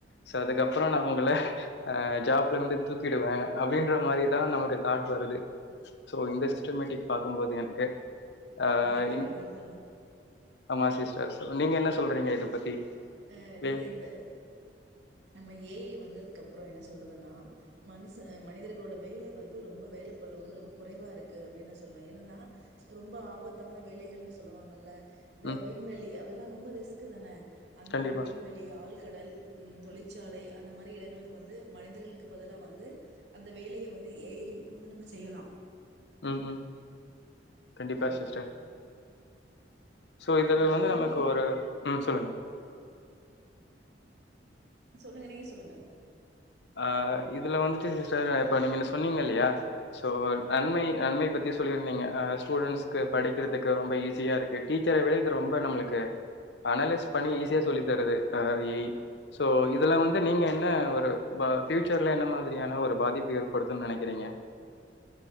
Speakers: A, on the left; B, on the right.
A: சோ அதுக்கப்றோ நா ஒங்ள அ ஜாப்லே வந்து தூக்கிடுவ அப்டின்ற மாரிதா நமக்கு தாட் வருது தோ சிஸ்டமேட்டிக்
B: க
A: பாக்கும்போது எனக்கு அ
B: கண்டிப்பா,
A: இன்
B: கண்டிப்பா.
A: அமா சிஸ் நீங்க என்ன சொல்றிங்க இத பத்தி
B: அ நீங்க
A: ஏ
B: இந்த நம்ம ஏ ஐ வந்ததுக்கப்புற என்ன சொல்றதுனா மனுச மனிதர்களோட வேல வந் ரொம்ப வேலை பளு வந்து ரொம்ப குறைவா இருக்கு அப்படின் நா சொல்வ என்னனா ரொம்ப ஆபத்தான வேலைகள்னு சொல்லுவாங்கல்ல இந்த
A: ம்
B: விண்வெளி அதெல்லா ரொம்ப ரிஸ்க்கு தான அந்த
A: கண்டிப்பா
B: மாரி விண்வெளி ஆழ் கடல் ம் தொழிற்சாலை அந்த மாரி இடங்களுக்கு வந்து மனிதர்களுக்கு பதிலா வந்து அந்த வேலைய வந்து ஏ ஐ மூலமா நம்ம செய்யலா
A: ம் ம் கண்டிப்பா
B: சரிங்களா?
A: சிஸ்டர் சோ இது
B: அந்த
A: வந்து
B: தீமைகள்
A: நமக்கு ஒரு ம் சொல்லுங்க
B: சொல்லுங்க நீங்க சொல்லுங்க
A: அ இதுல வந்துட்டு ச இப்ப நீங்கென்ட சொன்னீங்க இல்லையா சோ நன்மை நன்மை பத்தி சொல்லிருந்தீங்க அ ஸ்டூடெண்ஸ்க்கு படிக்கிறதுக்கு ரொம்ப ஈஸியாருக்கு டீச்சர விட இது ரொம்ப நம்ளுக்கு அனலைஸ் பண்ணி ஈஸியா சொல்லி தருது அ அ இ சோ இதுல வந்து நீங்க என்ன ஒரு ப ஃபியூச்சர்ல என்ன மாதிரியான ஒரு பாதிப்பு ஏற்படுதுன் நெனைக்கிறீங்க